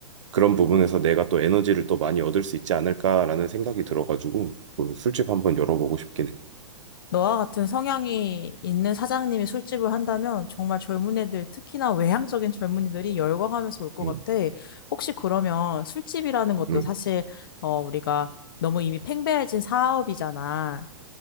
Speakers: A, on the right; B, on the left.
A: 그런 부분에서 내가 또 에너지를 또 많이 얻을 수 있지 않을까라는 생각이 들어가지고 그 술집 한번 열어보고 싶긴 해.
B: 너와 같은 성향이 있는 사장님이 술집을 한다면 정말 젊은 애들, 특히나 외향적인 젊은이들이 열광하면서 올 것
A: 음,
B: 같아. 혹시 그러면 술집이라는 것도
A: 음,
B: 사실, 어, 우리가 너무 이미 팽배해진 사업이잖아.